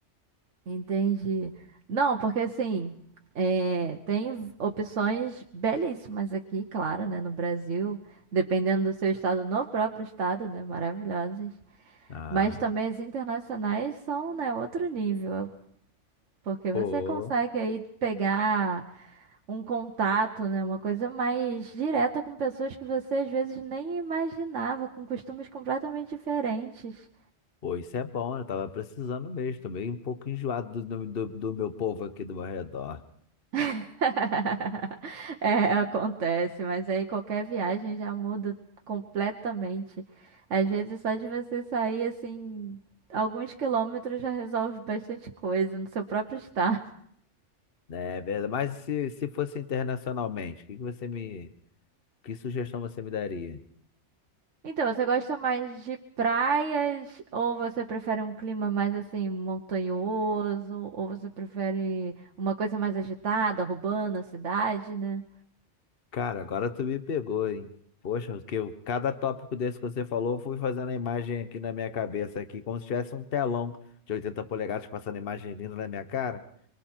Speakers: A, on the right; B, on the left.
A: Entendi. Não, porque assim, é, tem opções belíssimas aqui, claro, né, no Brasil, dependendo do seu estado, no próprio estado, né, maravilhosas.
B: Ah.
A: Mas também as internacionais são, né, outro nível. Porque
B: Pô,
A: você consegue aí pegar um contato, né? Uma coisa mais direta com pessoas que você às vezes nem imaginava, com costumes completamente diferentes.
B: pô, isso é bom, eu tava precisando mesmo, tô meio um pouco enjoado do, do, do meu povo aqui do meu redor.
A: <laughs> É, acontece, mas aí qualquer viagem já muda completamente. Às vezes só de você sair assim, alguns quilômetros já resolve bastante coisa no seu próprio estado.
B: É verdade, mas se, se fosse internacionalmente, o que que você me, que sugestão você me daria?
A: Então, você gosta mais de praias ou você prefere um clima mais assim montanhoso ou você prefere uma coisa mais agitada, urbana, cidade, né?
B: Cara, agora tu me pegou, hein? Poxa, porque eu- cada tópico desse que você falou, eu fui fazendo a imagem aqui na minha cabeça aqui, como se tivesse um telão de 80 polegadas passando a imagem vindo na minha cara.